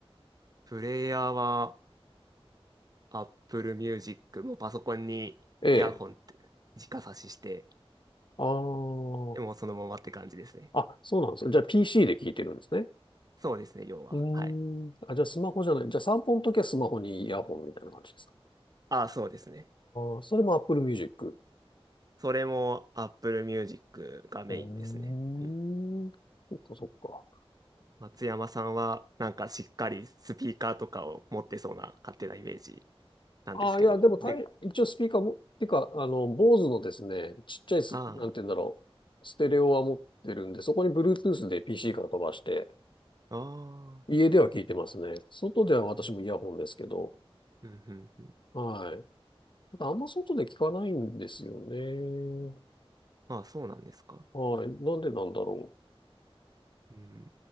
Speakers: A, on the right; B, on the left.
A: プレイヤーは Apple Music もパソコンにイヤホンって直差しして、
B: ええ。ああ。
A: でもそのままって感じですね。
B: あ、そうなんですね。じゃあ PC で聴いてるんですね。
A: そうですね、要は。
B: うー
A: はい。
B: ん。あ、じゃあスマホじゃない。じゃあ散歩の時はスマホにイヤホンみたいな感じですか
A: あ、そうですね。
B: ああ、それも Apple Music。
A: それも Apple Music がメインですね。
B: うーん。
A: うん
B: そっかそっか。
A: 松山さんはなんかしっかりスピーカーとかを持ってそうな勝手なイメージなんですけど。
B: ああ、いや、でも大、
A: で、
B: 一応スピーカーも、てか、あの、坊主のですね、ちっちゃいす、
A: あ
B: なんて言うんだろう、ステレオは持ってるんで、そこに Bluetooth で PC から飛ばして、
A: あ、あ
B: 家では聞いてますね。
A: あ、
B: 外では私もイヤホンですけど、
A: うん、うん、うん。うん
B: はい。ただあんま外で聞かないんですよね。
A: まあそうなんですか。
B: はい。なんでなんだろ
A: うん。